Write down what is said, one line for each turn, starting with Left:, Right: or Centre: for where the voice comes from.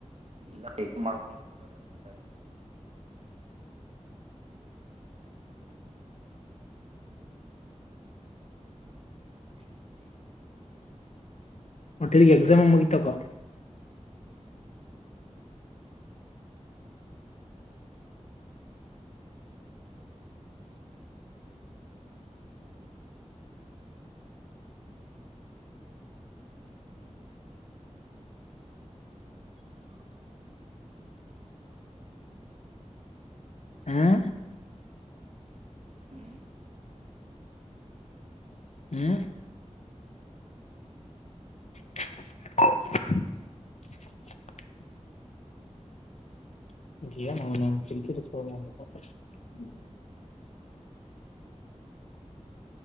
Right: ಇಲ್ಲ ಮಾಡ್ಕೊಂಡಿದ್ದಾರೆ ನೋಡ್ತಾ ಇದ್ದೀನಿ
Left: ಮತ್ತೆ ತಿಗ ಎಕ್ಸಾಮ್ ಮುಗತಕ್ಕ ಹ್ಮ
Right: ಹ್ಮ್
Left: ಹ್ಮ್ ಹ <unintelligible>